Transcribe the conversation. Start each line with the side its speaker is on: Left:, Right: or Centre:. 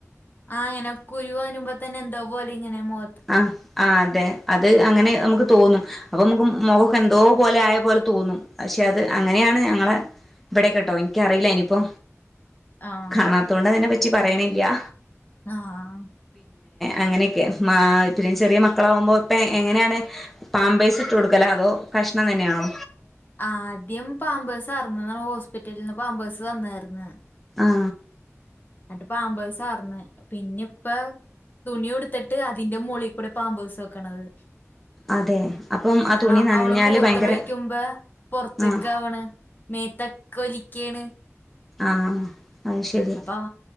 Left: ആഹ് അങ്ങനെ കുരു വരുമ്പോ തന്നെ എന്താ പോലെ ഇങ്ങനെ മോ
Centre: ആഹ ആഹ അതെ അത് അങ്ങനെ നമുക്ക് തോന്നും അപ്പൊ നമുക്ക് മുഖക്കെന്തോ പോലെ ആയ പോലെ തോന്നും പക്ഷെ അത് അങ്ങനെയാണ് ഞങ്ങളെ ഇവിടെക്കെട്ടോ എനിക്കറിയില്ല ഇനിപ്പോ
Left: ആഹ്
Centre: കാണാത്തോണ്ട് അതിനെ പറ്റി പറയണില്ല്യാ
Left: ആഹ
Centre: അങ്ങനെയൊക്കെ മാ പി ചെറിയ മക്കളാകുമ്പോ പ്പെ എങ്ങനെയാണ് പാമ്പേഴ്സ് ഇട്ട് കൊടുക്കലോ അതോ കഷ്ണം തന്നെയാണോ
Left: ആ ആദ്യം പാമ്പേഴ്സ് അറന്ന ഹോസ്പിറ്റലിൽ നിന്ന് പാമ്പേഴ്സ് തന്നായിുന്ന
Centre: ആ
Left: എന്നി് പാമ്പേഴസ്ാർന്ന് പിന്നെ ഇപ്പ തുണി ഉടുത്തിട്ട് അതിന്റെ മോളികൂടെ പാമ്പേഴ്‌സ് വെക്കണത്
Centre: അതെ അപ്പം ആ
Left: അ
Centre: തുണി നനഞ്ഞാല്
Left: അവള് മൂത്ര
Centre: ഭയങ്കര
Left: ഒഴിക്കുമ്പോ പുൊറത്തേക്ക
Centre: ആഹ്
Left: ആവണ് മേത്തക്ക് ഒലിക്കയാണ്
Centre: ആഹ അത് ശരി
Left: അപ്പൊ